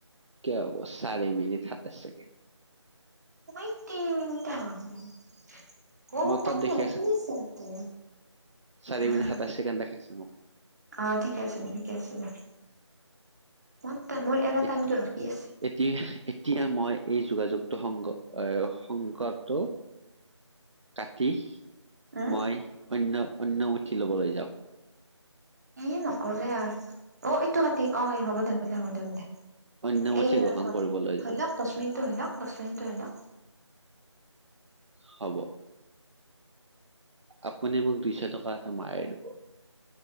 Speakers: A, on the right (about 70°); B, on the right (about 35°).
A: কিয় হ'ব, চাৰি মিনিট সাতাইশ ছেকেণ্ড।
B: দুই তিনি মিনিটে হয় মোৰ। অ' মোৰ
A: তাত
B: টাইমটো
A: দেখি
B: মোৰ অফিছ আছে।
A: চাৰিমিনিট
B: উম
A: সাতাইশ ছেকেণ্ড দেখাইছে মোক।
B: অ ঠিকে আছে দে ঠিকে আছে দে ম মোৰ এৰা
A: এত-
B: টাইমটো ৰখি আছে।
A: এতিয়া এতিয়া মই এই যোগাযোগটো সংগ এ সংগটো কাটি
B: উম
A: মই অন্য অন্য উঠি ল'বলৈ যাওঁ
B: ই নকলে আৰ অ এইটো ম অ হ'ব দে হ'ব দে হ'ব দে দে
A: অন্য মুঠি
B: এই
A: গ্ৰহণ
B: ধৰি
A: কৰিবলৈ যাম
B: লওক দহ মিনিটটো হৈ লওক দহ মিনিট হৈ লওক
A: হ'ব আপুনি মোক দুইশ টকা এটা মাৰি দিব